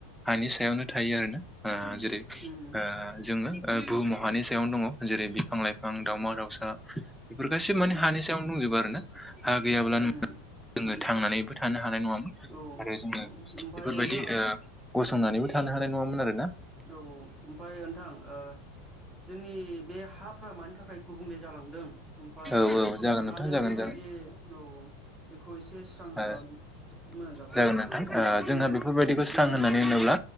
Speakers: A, in the centre; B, on the right.
A: हानि सायावनो थायो आरो ना ओ जेरै
B: उम
A: ओ जोङो ओ बुहुमाव हानि सायावनो दङ जेरै बिफां लाइफां दावमा दाउसा बेफोर गासै माने
B: उम
A: हानि सायावनो दंजोबो आरो ना हा गैया
B: उम
A: जोङो थांनानैबो थानो हानाय नङामोन
B: औ
A: आरो जोङो
B: औ ओमफाय
A: बेफोरबायदि
B: नोंथां
A: ओ गसंनानैबो थानो हानाय नङामोन आरो ना
B: औ औ ओमफाय नोंथां ओ जोंनि बे हाफ्रा मानि थाखाय गुबुंले जालांदों ओमफाय
A: औ औ जागोन
B: मानो
A: नोंथां जागोन
B: बेबायदि
A: जागोन
B: औ औ एसे स्रां होबा
A: ओ
B: मोजां जागौमोन
A: जागोन नोंथां ओ जोंहा बेफोरबायदिखौ थां होननानै होनोब्ला